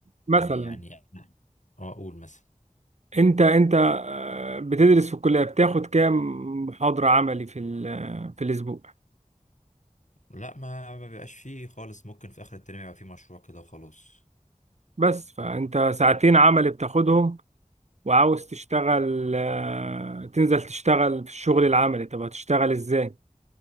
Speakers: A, on the right; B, on the left.
A: مثلا
B: يعني اه اقول مثلا
A: انت انت آه، بتدرس في الكلية بتاخد كام محاضرة عملي في ال- آه، في الأسبوع
B: لا ما ما بيبقاش فيه خالص ممكن في اخر الترم يبقى فيه مشروع كده وخلاص
A: بس فانت ساعتين عملي بتاخدهم وعاوز تشتغل آه، تنزل تشتغل في الشغل العملي طب هتشتغل ازاي